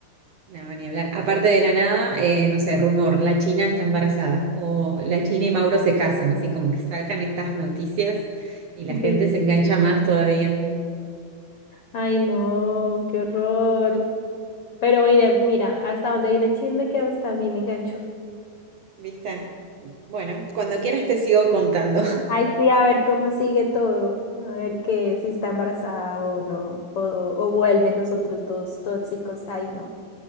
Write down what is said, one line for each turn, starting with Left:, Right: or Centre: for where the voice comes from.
Right: No, ni hablar. Aparte de la nada, eh, no sé, rumor, la China está embarazada o la China y Mauro se casan, así como que sacan estas noticias y la gente
Left: Sí.
Right: se engancha más todavía.
Left: Ay, no, qué horror. Pero mire, mira, hasta dónde viene el chisme que hasta a mí me enganchó.
Right: ¿Viste? Bueno, cuando quieras te sigo contando.
Left: Ay, sí, a ver cómo sigue todo, a ver que si está embarazada o no, o, o vuelven los otros dos tóxicos, ay no.